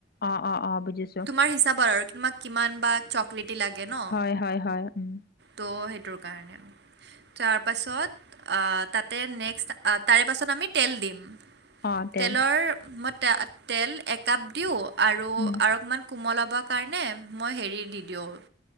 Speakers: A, on the left; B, on the right.
A: অ-অ-অ বুজিছো।
B: তোমাৰ হিচাবৰ আৰু তোমাক কিমান বা চকলেটি লাগে ন?
A: হয় হয় হয় উম
B: ত' সেইতোৰ কাৰনে। তাৰ পাছত তাতে নেক্সট তাৰে পাছত আমি তেল দিম।
A: অ তেল
B: তেলৰ মই তা তেল একাপ দীও, আৰু
A: উম
B: আৰু অকমান কোমলাবৰ মই হেৰি দি দিওঁ।